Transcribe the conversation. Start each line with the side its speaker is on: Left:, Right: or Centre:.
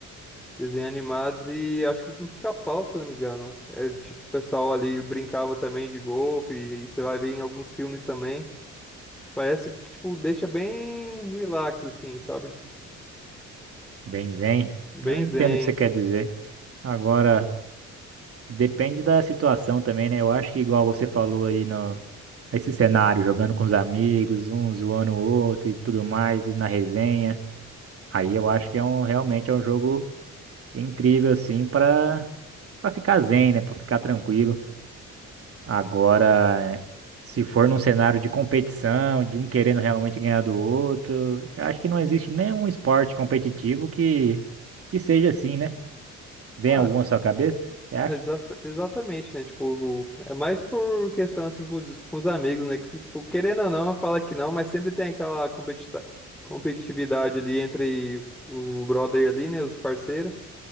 Centre: desenhos animados e acho que no Pica-Pau, se eu não me engano. É, tipo, o pessoal ali brincava também de golpe, e você vai ver em alguns filmes também. Parece que, tipo, deixa bem relax, assim, sabe?
Right: Bem zen.
Centre: Bem
Right: Eu entendo
Centre: zen.
Right: o que você quer dizer. Agora, depende da situação também, né? Eu acho que igual você falou aí no esse cenário, jogando com os amigos, um zoando o outro e tudo mais, e na resenha. Aí eu acho que é um realmente é um jogo incrível assim para Pra ficar zen, né? Pra ficar tranquilo. Agora, se for num cenário de competição, de um querendo realmente ganhar do outro, eu acho que não existe nenhum esporte competitivo que, que seja assim, né? Vem
Centre: Ah,
Right: algum à sua cabeça? Você acha?
Centre: É, exa- exatamente, né? Tipo, é mais por questão assim com, os- com os amigos, né? Que, tipo, querendo ou não, fala que não, mas sempre tem aquela competita- competitividade ali entre o brother ali, né? Os parceiros.